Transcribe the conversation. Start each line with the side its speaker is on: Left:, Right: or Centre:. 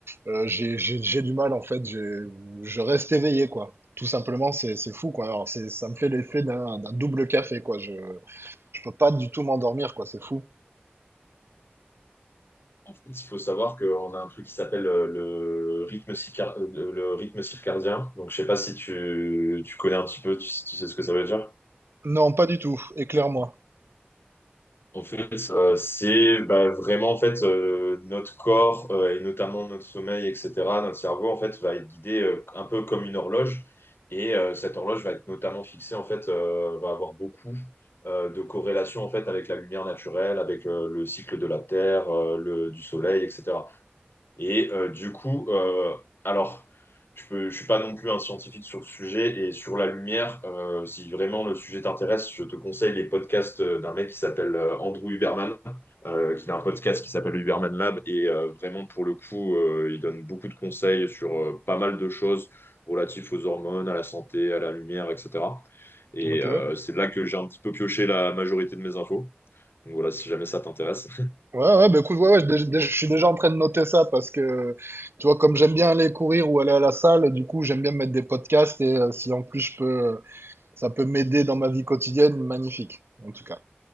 Right: euh, j'ai, j'ai- j'ai du mal en fait, j'ai- je reste éveillé quoi. Tout simplement, c'est, c'est fou quoi. Alors, c'est, ça me fait l'effet d'un, d'un double café quoi. Je, je peux pas du tout m'endormir quoi, c'est fou.
Left: En fait, Il faut savoir qu'on a un truc qui s'appelle euh, le rythme, circa- euh, le rythme circadien. Donc, je sais pas si tu, tu connais un petit peu, tu, tu sais ce que ça veut dire.
Right: Non, pas du tout, éclaire-moi.
Left: En fait, euh, c'est bah, vraiment en fait euh, notre corps euh, et notamment notre sommeil, etc. Notre cerveau en fait va être guidé euh, un peu comme une horloge et euh, cette horloge va être notamment fixée en fait euh, va avoir beaucoup euh, de corrélations en fait avec la lumière naturelle, avec euh, le cycle de la Terre, euh, le du Soleil, etc. Et euh, du coup, euh, alors, je peux, je suis pas non plus un scientifique sur le sujet et sur la lumière. euh, si vraiment le sujet t'intéresse, je te conseille les podcasts euh, d'un mec qui s'appelle euh, Andrew Huberman, euh, qui a un podcast qui s'appelle Huberman Lab. Et euh, vraiment, pour le coup, euh, il donne beaucoup de conseils sur euh, pas mal de choses relatives aux hormones, à la santé, à la lumière, etc. Et
Right: Ok.
Left: euh, c'est là que j'ai un petit peu pioché la majorité de mes infos. Donc voilà, si jamais ça t'intéresse.
Right: Ouais, ouais, bah écoute, ouais, ouais, je, dé- dé- je suis déjà en train de noter ça parce que, tu vois, comme j'aime bien aller courir ou aller à la salle, du coup, j'aime bien mettre des podcasts et euh, si en plus je peux, ça peut m'aider dans ma vie quotidienne, magnifique, en tout cas.